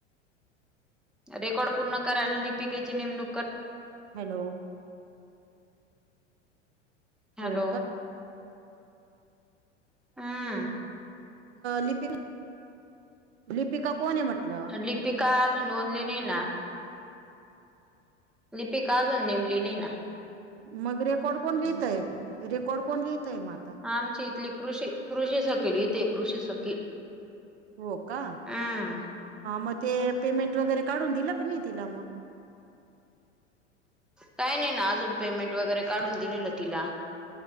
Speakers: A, in the centre; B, on the right (about 60°).
A: रेकॉर्ड पूर्ण करायला लिपिकेची नेमणू
B: हॅलो
A: हॅलो
B: हो
A: हम्म
B: लिपिक, लिपिका कोण आहे म्हटलं?
A: लिपिका अजून नोंदली नाही ना लिपिका अजून नेमली ना नाही.
B: मग रेकॉर्ड कोण लिहितय रेकॉर्ड कोण लिहित आहे मग आता
A: आमची इथली कृषी कृषी सकली तेे कृषी सखी
B: हो का
A: हम्म
B: मग ते पेमेंट वगैरे काढून दिलं क नाही तिला मग?
A: काही नाही ना अजून पेमेंट वगैरे काढून दिलेलं तिला